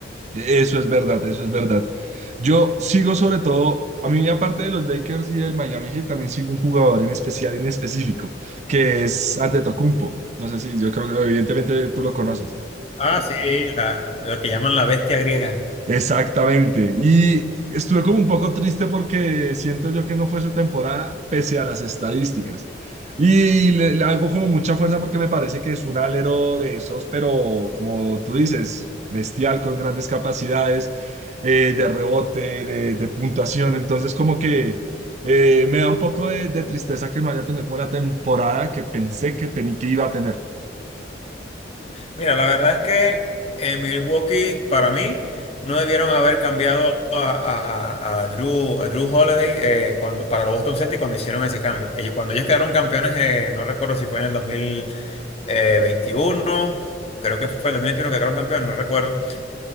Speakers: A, on the right; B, on the left.
A: eso es verdad, eso es verdad. Yo sigo sobre todo, a mí aparte de los Lakers y del Miami Heat, también sigo un jugador en especial, en específico, que es Antetokounmpo. No sé si, yo creo que evidentemente tú lo conoces.
B: Ah, sí, la, la que llaman la bestia griega.
A: Exactamente. Y estuve como un poco triste porque siento yo que no fue su temporada pese a las estadísticas. Y le, le hago como mucha fuerza porque me parece que es un alero de esos, pero como tú dices, bestial, con grandes capacidades eh, de rebote, de, de puntuación. Entonces como que eh, me da un poco de, de tristeza que no haya tenido como la temporada que pensé que, tenía que iba a tener.
B: Mira, la verdad es que en Milwaukee, para mí, no debieron haber cambiado a, a- a Drew, a Drew Holiday eh, cuando, para los Boston Celtics cuando hicieron ese cambio. Ellos, cuando ellos quedaron campeones, eh, no recuerdo si fue en el 2021, creo que fue el 2021 que quedaron campeones, no recuerdo.